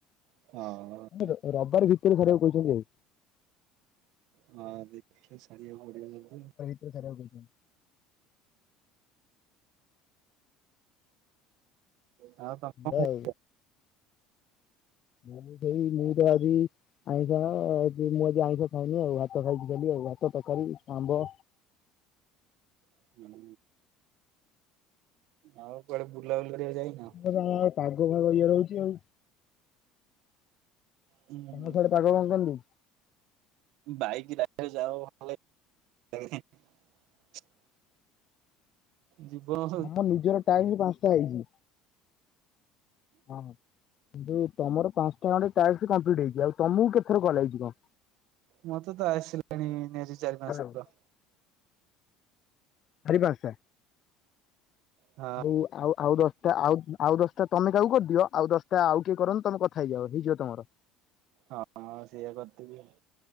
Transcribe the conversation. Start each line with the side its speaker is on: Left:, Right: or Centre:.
Right: ହଁ।
Left: ରବିବାର ଭିତରେ କରିବାକୁ କହିଛନ୍ତି ଆଉ।
Right: ହଁ ଦିଦିନରେ ସାରିଆ କୁ ପଡିବ ମୋତେ‌ ଆଉ।
Left: ସାରିଆ କୁ କହିଛନ୍ତି।
Right: <inaudible> ଆଉ <unintelligible>
Left: ଏଇଆ ଆଉ ଆଜି ତ ସେଇ ମୁଁ ତ ଆଜି ଆଇଁଷ ମୁଁ ଆଜି ଆଇଁଷ ଖାଇନି ଆଉ ଭାତ ଖାଇଚି ଖାଲି ଆଉ ଭାତ, ତରକାରୀ, ଆମ୍ବ
Right: ହୁଁ ଆଉ କୁଆଡେ ବୁଲା ବୁଲି କରିବା ପାଇଁ ଯାଇନ?
Left: <unintelligible> ପାଗ ଫାଗ ଇଏ ରହୁଛି ଆଉ।
Right: ହୁଁ
Left: ତମ ସିଆଡେ ପାଗ କଣ କେମିତି?
Right: ବାଇକ୍ ରାସ୍ତା ରେ ଯାଅ <unintelligible>
Left: <inaudible>
Right: ଯିବ।
Left: ଆମ ନିଜର ଟାଇମ ପାଞ୍ଚଟା ହେଇଛି। ହଁ ଯୋଉ ତମର ପାଞ୍ଚଟା ଖଣ୍ଡେ ଟ୍ୟାକ୍ସ କମ୍ପ୍ଲିଟ୍ ହେଇଛି ଆଉ ତମକୁ କେତେଥର କଲ୍ ଆଇଛି କଣ?
Right: ମତେ ତ ଆସିଲାଣି ନିହାତି ଚାରି ପାଞ୍ଚ
Left: ହ୍ୟାଲୋ
Right: ଥର।
Left: ଚାରି ପାଞ୍ଚଟା।
Right: ଆ।
Left: ଆଉ-ଆଉ ଦଶଟା ଆଉ-ଆଉ ଦଶଟା ତମେ କାହାକୁ କରିଦିଅ ଆଉ ଦଶଟା ଆଉ କିଏ କରନ୍ତୁ ତମେ କଥା ହେଇଯାଅ ଦିଦିର ତମର।
Right: ହଁ-ହଁ ସେଇଆ କରିଦବି ଆଉ।